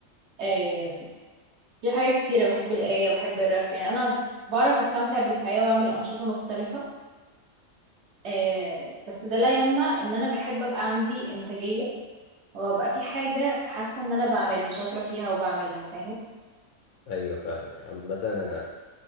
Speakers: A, on the right; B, on the left.
A: آه، في حاجات كتيرة بحب القراية بحب الرسم يعني أنا بعرف أستمتع بالحياة وأعمل أنشطة مختلفة آه بس ده لا يمنع ان انا بحب ابقى عندي انتاجية وابقى في حاجة حاسة ان انا بعملها شاطرة فيها وبعملها فاهم
B: ايوه فاهمك عامة انا